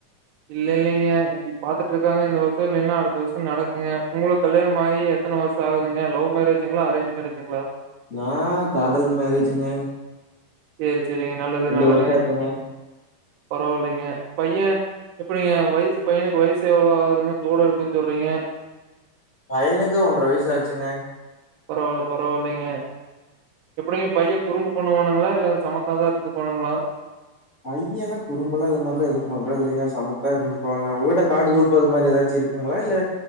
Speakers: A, on the right (about 80°); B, on the left (about 45°).
A: இல்ல இல்லிங்க இப் பாத்துட்ருக்காங்க இந்த வருஷோ இல்லைனா அடுத்த வருஷோ நடக்குங்க உங்ளுக்கு கல்யாணம் ஆயி எத் த்தன வர்ஷோ ஆகுதுங்க லவ் மேரேஜுங்ளா அரேஞ் மேரேஜுங்ளா
B: நா காதல் மேரேஜுங்க
A: சேரி சேரிங்க நல்லது நல்லதுங்க
B: வருஷம் ஆச்சுங்க.
A: பரவால்லைங்க பையே எப்டிங்க வயசு பையனுக்கு வயசு எவ்ளோ ஆவுதுங்க தோடு எடுக்குன் சொல்றீங்க
B: பையனுக்கு ஒன்ர வயசு ஆச்சுங்க
A: பரவால்ல பரவால்லைங்க எப்டிங்க பைய குறும்பு பண்ணுவானுங்ளா இல்ல சமத்தாதா இர்ந்துப்பாணுங்ளா
B: பையலா குறும்பலா அது மாரிலா எதுவு பண்றதுல்லைங்க சமத்தா இர்ந்துக்கு வாங்க வீட காடு தோப்பு அத மாரி ஏதாச்சிருக் உங்ளா இல்ல